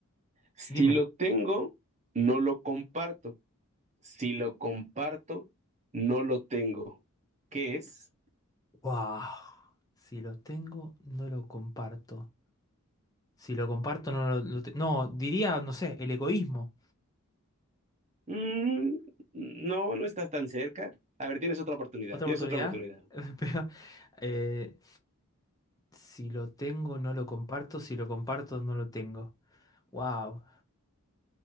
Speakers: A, on the right (about 30°); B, on the left (about 15°).
A: Si
B: Dime.
A: lo tengo, no lo comparto. Si lo comparto, no lo tengo. ¿Qué es?
B: Wow. Si lo tengo, no lo comparto. Si lo comparto, no lo... lo te- no, diría, no sé, el egoísmo.
A: Mm, no, no estás tan cerca. A ver, tienes otra oportunidad.
B: ¿Otra
A: Tienes
B: oportunidad?
A: otra oportunidad.
B: <laughs> Pero, eh, si lo tengo, no lo comparto. Si lo comparto, no lo tengo. Wow.